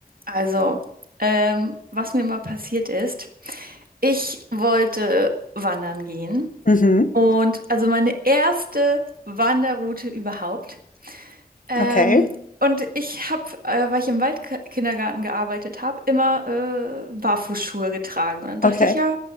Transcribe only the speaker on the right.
Also, ähm, was mir mal passiert ist, ich wollte wandern gehen
und also meine erste Wanderroute überhaupt. Ähm,
und ich habe, äh, weil ich im Waldkindergarten gearbeitet habe, immer äh, Barfußschuhe getragen. Und dann dachte
ich, ja,